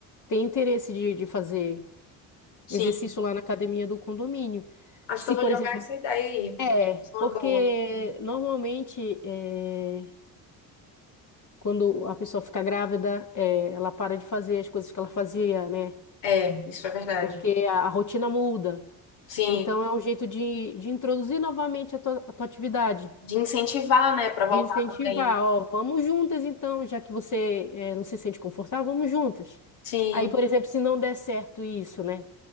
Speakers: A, on the left (about 40°); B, on the left (about 65°).
A: tem interesse de, de fazer
B: Sim,
A: exercício lá na academia do condomínio.
B: acho
A: Se,
B: que eu vou
A: por
B: jogar
A: exemplo,
B: essa ideia aí.
A: é,
B: Acho Uma
A: porque
B: boa.
A: normalmente é, quando a pessoa fica grávida, é, ela para de fazer as coisas que ela fazia, né?
B: É, isso é verdade.
A: Porque a, a rotina muda.
B: Sim,
A: Então é um jeito de, de introduzir novamente a tua, a tua atividade.
B: de incentivar, né, para voltar
A: De incentivar,
B: também.
A: ó, vamos juntas então, já que você eh, não se sente confortável, vamos juntas.
B: Sim.
A: Aí, por exemplo, se não der certo isso, né?